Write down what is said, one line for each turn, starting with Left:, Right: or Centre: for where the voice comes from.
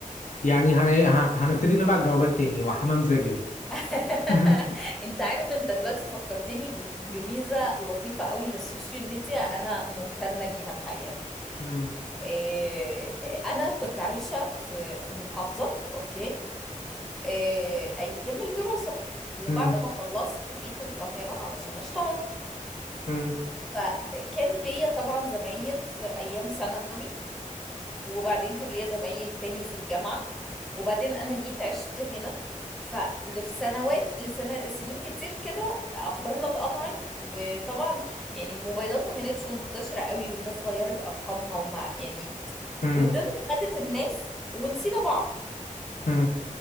Left: يعني هن... إيه، ه- هنبتدي نبعت جوابات تاني وحمام زاجل
Centre: <laughs>
Left: <laughs>
Centre: انت عارف انت دلوقتي فكرتني ب- بميزة لطيفة قوي للسوشيال ميديا انا ممتنة ليها الحقيقة
Left: امم
Centre: إيه إيه، انا كنت عايشة في في محافظة اوكي إيه ايام الدراسة وبعد
Left: امم
Centre: ما خلصت جيت القاهرة علشان اشتغل
Left: امم
Centre: فكان ليا طبعا زمايل في ايام ثانوي وبعدين كان ليا زمايل تاني في الجامعة وبعدين أنا جيت عشت هنا ففي سنوات لسنة سنين كتير كده أخبارنا اتقطعت وطبعا يعني الموبايلات ما كانتش منتشرة قوي والناس غيرت أرقامها وما يعني
Left: امم
Centre: والدنيا خدت الناس ونسينا بعض
Left: امم